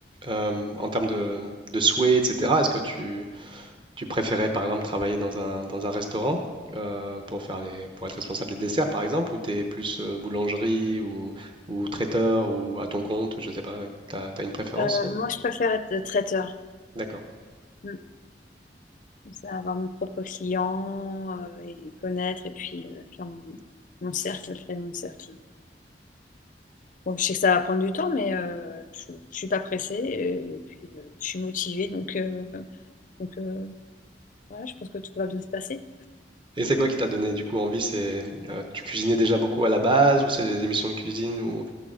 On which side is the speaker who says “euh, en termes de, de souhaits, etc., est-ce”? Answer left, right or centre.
Right